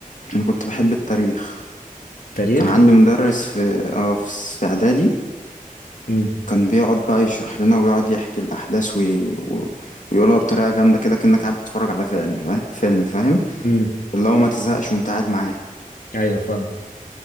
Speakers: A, on the left; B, on the left.
A: أنا كنت بحب التاريخ
B: تاريخ
A: كان عندي مدرس في آه في في إعدادي
B: امم
A: كان بيقعد بقى يشرح لنا ويقعد يحكي الأحداث وي... و... ويقولها بطريقة جامدة كده كأنك قاعد بتتفرج على فيلم فا... فيلم فاهم
B: امم
A: اللي هو ما تزهقش وأنت قاعد معاه
B: ايوه فاهم